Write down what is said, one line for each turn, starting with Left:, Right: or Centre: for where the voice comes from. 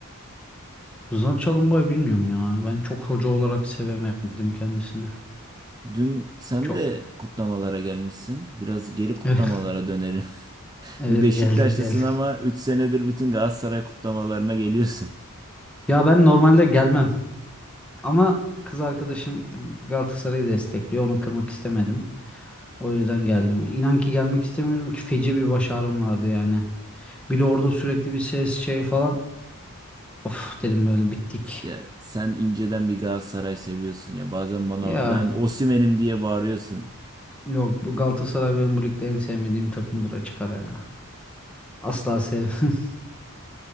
Centre: Rıza Çalımbay bilmiyorum ya. Ben çok hoca olarak sevemedim kendisini.
Right: Dün sen
Centre: Çok.
Right: de
Centre: <laughs>
Right: kutlamalara gelmişsin. Biraz geri kutlamalara
Centre: Evet,
Right: dönelim. <laughs>
Centre: evet
Right: Bir Beşiktaşlısın
Centre: geldim geldim.
Right: ama 3 senedir bütün Galatasaray kutlamalarına geliyorsun. <laughs>
Centre: Ya ben normalde gelmem ama kız arkadaşım Galatasaray'ı destekliyor. Onu kırmak istemedim. O yüzden geldim. İnan ki gelmek istemiyorum ki feci bir baş ağrım vardı yani. Bir de orada sürekli bir ses şey falan. Of
Right: Ya,
Centre: dedim böyle bittik.
Right: ya sen inceden bir Galatasaray seviyorsun ya. Bazen bana
Centre: Ya
Right: ben Osimhen'im diye bağırıyorsun.
Centre: yok bu Galatasaray benim bu ligde en sevmediğim takımdır açık ara ya. Asla sevmem. <laughs>